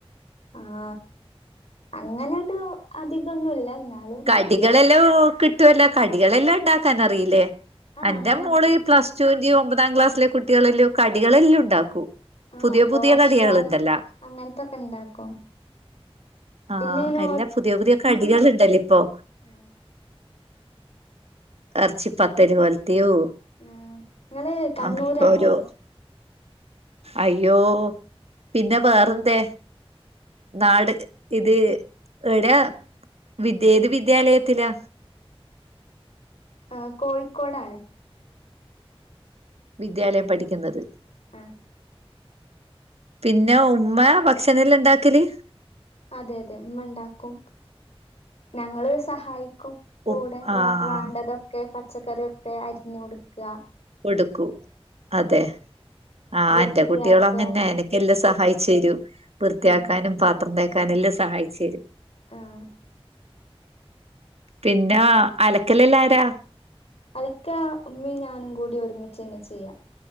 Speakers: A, on the left; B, on the right.
A: ആഹ അങ്ങനെണ്ട് അതി ഇതൊന്നുമല്ല എന്നാലും.
B: കടികളെല്ലാം കിട്ടുവല്ല കടികളെല്ലാം ഉണ്ടാക്കാൻറിയില്ലേ
A: ആഹ്
B: എന്റെ
A: അങ്ങനെയൊക്കെ
B: മോള്ഈ പ്ലാസ് അ ഒമ്പതാം ക്ലാസ്സിലെ കുട്ടികളല്ലോ കടികളെല്ലാം ഉണ്ടാക്കും.
A: ആഹ
B: പുതിയ
A: ദോശ
B: പുതിയ കടികളുണ്ടല്ലോ
A: അങ്ങനത്തൊക്കെ ഇണ്ടാക്കും.
B: ആഹ്
A: പിന്നെങ്ങനെ
B: എല്ലാ പുതിയ പുതിയ കടികൾ ണ്ടല്ലോ ഇപ്പോ.
A: എ.
B: ഇറ്ച്ചി പത്തല് ഒല്ത്തിയോ
A: ആഹ് ഇങ്ങള് കണ്ണൂരാണോ
B: അഹ് ഒരു. അയ്യോ പിന്നെ വേറെന്തെ? നാട് ഇത് എടയാ? ത്ഏത് വിദ്യാലയത്തിലാ?
A: ആഹ് കോഴിക്കോടാണ്.
B: വിദ്യാലയം പഠിക്കുന്നത്.
A: ആഹ്.
B: പിന്നെ ഉമ്മ ഭക്ഷണല്ല ഉണ്ടാക്കല്?
A: അതെ അതെ ഉമ്മണ്ടാക്കും ഞങ്ങള് സഹായിക്കും. കൂടെ
B: ഉ ആഹ്
A: വ വേണ്ടതൊക്കെ പച്ചക്കറിയൊക്കെ അരിഞ്ഞ് കൊടുക്ക്
B: കൊടുക്കൂ അതെ ആഹ്
A: വൃത്തിയാക്ക
B: എന്റെ കുട്ടികൾ അങ്ങന്നെ എന എല്ലാം സഹായിച്ച് തരും വൃത്തിയാക്കാനും
A: ആഹ്
B: പാത്രം തേക്കാനും എല്ലാം സഹായിച്ച് തരും.
A: ആഹ്.
B: പിന്നെ അലക്കലല്ല ആരാ?
A: അലക്കാ ഉമ്മയും ഞാനും കൂടി ഒരുമിച്ച് തന്നെ ചെയ്യാ